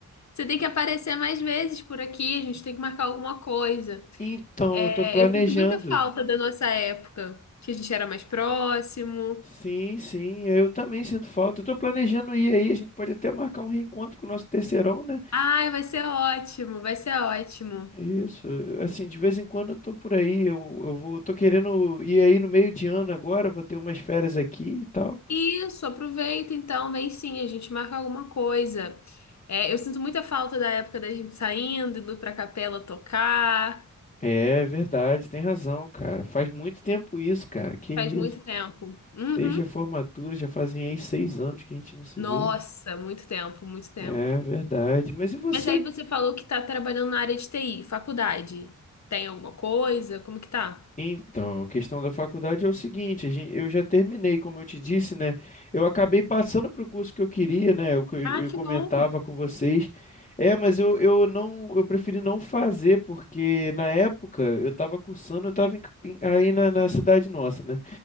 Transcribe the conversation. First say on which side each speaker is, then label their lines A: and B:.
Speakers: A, on the left (about 60°); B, on the left (about 25°).
A: você tem que aparecer mais vezes por aqui, a gente tem que marcar alguma coisa.
B: Então,
A: É,
B: eu tô planejando.
A: eu sinto muita falta da nossa época, que a gente era mais próximo.
B: Sim, sim, eu também sinto falta. Eu tô planejando ir aí, a gente pode até marcar um reencontro com o nosso terceirão, né?
A: Ai, vai ser ótimo, vai ser ótimo.
B: Isso, assim, de vez em quando eu tô por aí, eu, eu vou, tô querendo ir aí no meio de ano agora, vou ter umas férias aqui e tal.
A: Isso, aproveita então, vem sim, a gente marca alguma coisa. É, eu sinto muita falta da época da gente saindo, indo pra capela tocar.
B: É verdade, tem razão, cara. Faz muito tempo isso, cara, que isso.
A: Faz muito tempo. Uhum.
B: Desde a formatura, já fazem aí seis anos que a gente não se
A: Nossa,
B: vê.
A: muito tempo, muito tempo.
B: É verdade. Mas e você?
A: Mas aí você falou que tá trabalhando na área de TI, faculdade. Tem alguma coisa? Como que tá?
B: Então, a questão da faculdade é o seguinte, a gen- eu já terminei, como eu te disse, né? Eu acabei passando para o curso que eu queria, né? O que eu,
A: Ah,
B: eu
A: que
B: comentava
A: bom.
B: com vocês. É, mas eu, eu não, eu preferi não fazer, porque na época eu estava cursando, eu estava aí na, na cidade nossa, né?